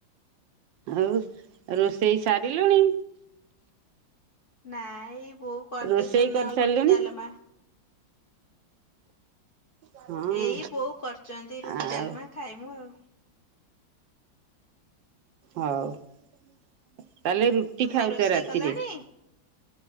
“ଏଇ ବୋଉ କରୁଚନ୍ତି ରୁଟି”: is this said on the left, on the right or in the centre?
Left